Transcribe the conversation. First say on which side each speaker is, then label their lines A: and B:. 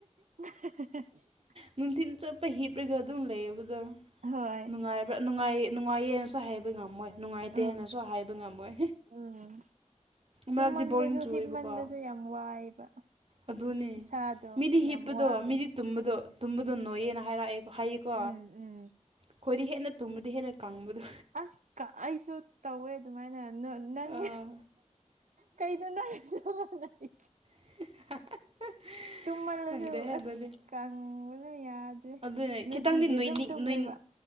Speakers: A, on the right; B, on the right.
A: <unintelligible>
B: ꯅꯨꯡꯊꯤꯟ ꯆꯨꯞꯄ ꯍꯤꯞꯂꯒ ꯑꯗꯨꯝ ꯂꯩꯕꯗꯣ
A: ꯍꯣꯏ
B: ꯅꯨꯡꯉꯥꯏꯕ꯭ꯔꯥ ꯅꯨꯡꯉꯥꯏ ꯅꯨꯡꯉꯥꯏꯌꯦꯅꯁꯨ ꯍꯥꯏꯕ ꯉꯝꯃꯣꯏ ꯅꯨꯡꯉꯥꯏꯇꯦ
A: ꯎꯝ
B: ꯍꯥꯏꯅꯁꯨ ꯍꯥꯏꯕ ꯉꯝꯃꯣꯏ
A: ꯎꯝ
B: ꯃꯔꯝꯗꯤ
A: ꯇꯨꯝꯃꯟꯕꯁꯨ
B: ꯕꯣꯔꯤꯡ ꯆꯨꯑꯦꯕꯀꯣ
A: ꯍꯤꯞꯃꯟꯕꯁꯨ ꯌꯥꯝ ꯋꯥꯏꯑꯦꯕ
B: ꯑꯗꯨꯅꯦ
A: ꯏꯁꯥꯗꯣ
B: ꯃꯤꯗꯤ
A: ꯌꯥꯝ
B: ꯍꯤꯞꯄꯗꯣ
A: ꯋꯥꯕꯅꯦ
B: ꯃꯤꯗꯤ ꯇꯨꯝꯕꯗꯣ ꯇꯨꯝꯕꯗꯣ ꯅꯣꯏꯌꯦꯅ ꯍꯥꯏꯔꯛꯑꯦ ꯍꯥꯏꯌꯦꯀꯣ
A: ꯎꯝ ꯎꯝ
B: ꯑꯩꯈꯣꯏꯗꯤ ꯍꯦꯟꯅ ꯇꯨꯝꯕꯗꯤ ꯍꯦꯟꯅ ꯀꯪꯕꯗꯣ
A: ꯑꯁ ꯀ ꯑꯩꯁꯨ ꯇꯧꯋꯦ ꯑꯗꯨꯃꯥꯏꯅ ꯅꯪ
B: ꯑꯥ
A: ꯀꯩꯅꯣ ꯅꯪꯒꯥ ꯆꯞꯃꯥꯟꯅꯩꯌꯦ <unintelligible>
B: <unintelligible>
A: ꯇꯨꯝꯃꯜꯂꯁꯨ
B: ꯈꯪꯗꯦ ꯑꯗꯨꯗꯤ
A: ꯑꯁ ꯀꯪꯕꯅ ꯌꯥꯗ꯭ꯔꯦ
B: ꯑꯗꯨꯅꯦ
A: ꯅꯨꯡꯇꯤꯒꯤ
B: ꯈꯤꯇꯪꯗꯤ ꯅꯣꯏꯅꯤ
A: ꯑꯗꯨꯝ ꯇꯨꯝꯃꯦꯕ
B: ꯅꯣꯏ